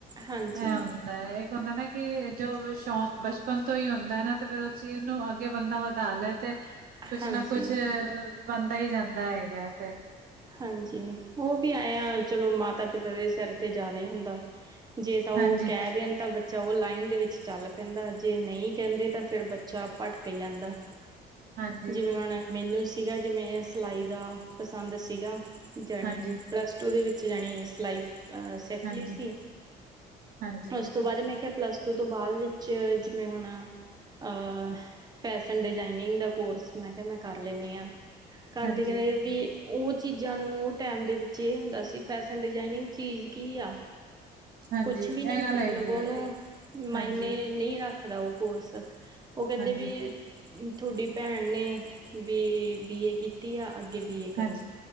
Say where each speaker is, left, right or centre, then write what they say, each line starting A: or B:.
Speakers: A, on the right; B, on the right.
A: ਹਾਂਜੀ
B: ਇਹ ਹੁੰਦਾ ਏ, ਏਕ ਹੁੰਦਾ ਨਾ ਕਿ ਜੋ ਵੀ ਸ਼ੌਕ ਬਚਪਨ ਤੋਂ ਹੀ ਹੁੰਦਾ ਹੈ ਨਾ ਤੇ ਫਿਰ ਉਸ ਚੀਜ਼ ਨੂੰ ਅੱਗੇ ਬੰਦਾ ਵਧਾ ਲੈ ਤੇ ਕੁਛ
A: ਹਾਂਜੀ
B: ਨਾ ਕੁਛ, ਬਣਦਾ ਹੀ ਜਾਂਦਾ ਹੈਗਾ ਫਿਰ।
A: ਹਾਂਜੀ, ਉਹ ਵੀ ਆਏ ਆ ਚਲੋ ਮਾਤਾ- ਪਿਤਾ ਦੇ ਸਿਰ ਤੇ ਜ਼ਿਆਦਾ ਹੀ ਹੁੰਦਾ। ਜੇ, ਤਾਂ ਉਹ
B: ਹਾਂਜੀ
A: ਕਹਿ ਦੇਣ ਤਾਂ ਬੱਚਾ, ਉਹ ਲਾਈਨ ਦੇ ਵਿੱਚ ਚੱਲ ਪੈਂਦਾ ਜੇ ਨਹੀਂ ਕਹਿੰਦੇ ਤਾਂ ਫੇਿਰ ਬੱਚਾ ਭਟਕ ਜਾਂਦਾ।
B: ਹਾਂਜੀ
A: ਜਿਵੇਂ, ਹੁਣ ਮੈਨੂੰ ਸੀਗਾ ਜਿਵੇਂ ਸਿਲਾਈ ਦਾ ਪਸੰਦ ਸੀਗਾ। ਜਣੀ
B: ਹਾਂਜੀ
A: ਪਲੱਸ ਟੂ ਦੇ ਵਿੱਚ ਜਾਣੀ ਸਿਲਾਈ ਅਹ ਸਿੱਖ
B: ਹਾਂਜੀ
A: ਲਈ ਸੀ
B: ਹਾਂਜੀ
A: ਉਸ ਤੋਂ ਬਾਅਦ ਮੈਂ ਕਿਹਾ ਪਲੱਸ ਤੋਂ ਬਾਅਦ ਵਿੱਚ ਜਿਵੇਂ ਹੁਣ। ਅ ਫੈਸ਼ਨ ਡਿਜ਼ਾਇਨਿੰਗ ਦਾ ਕੋਰਸ ਮੈਂ ਕਿਹਾ, ਮੈਂ ਕਰ ਲੈਂਦੀ ਹਾਂ। ਘਰਦੇ
B: ਹਾਂਜੀ
A: ਕਹਿ ਇਹ ਵੀ ਉਹ ਚੀਜ਼ਾਂ ਨੂੰ ਉਹ ਟੈਮ ਦੇ ਵਿੱਚ ਇਹ ਹੁੰਦਾ ਸੀ ਫੈਸ਼ਨ ਡਿਜਾਇਨਿੰਗ ਚੀਜ਼ ਕੀ ਆ?
B: ਹਾਂਜੀ
A: ਕੁਛ
B: ਇਹ
A: ਵੀ ਨੀ, ਮਤਲਬ
B: ਗੱਲ ਹੈਗੀ
A: ਉਹਨੂੰ
B: ਹੈ
A: ਮਾਇਨੇ
B: ਹਾਂਜੀ
A: ਨਹੀਂ ਰੱਖਦਾ ਉਹ ਕੋਰਸ, ਉਹ ਕਹਿੰਦੇ
B: ਹਾਂਜੀ
A: ਵੀ ਤੁਹਾਡੀ ਭੈਣ ਨੇ ਵੀ ਬੀ ਏ ਕੀਤੀ ਆ ਅੱਗੇ ਬੀ ਏ ਕਰੋ।
B: ਹਾਂਜੀ